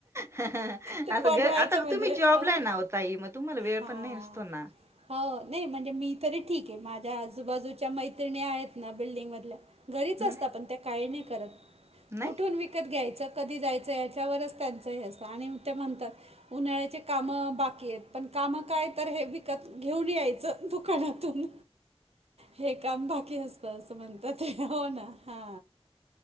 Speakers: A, on the right; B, on the right.
A: अ ह ह
B: ते
A: असं
B: बनवायचं
A: आता
B: म्हणजे
A: तुम्ही
B: अ
A: जॉबला आहे ना वो ताई मग तुम्हाला वेळ
B: हा.
A: पण नाही नसतो ना?
B: हो नाही म्हणजे मी तरी ठीक आहे माझ्या आजूबाजूच्या मै त्रिणी आहेत ना बिल्डिंग मधल्या घरीच
A: हं,
B: असतात पण त्या काही नाही करत.
A: नाही.
B: कुठून विकत घ्यायचं कधी जायचं याच्यावरच त्यांचं हे असतं आणि ते म्हणतात उन्हाळ्याचे काम बाकी आहेत पण काम काय तर हे विकत घेऊन यायचं दुकानातून.
A: <inaudible>
B: हे काम बाकी असत बसं म्हणत ते हो ना हा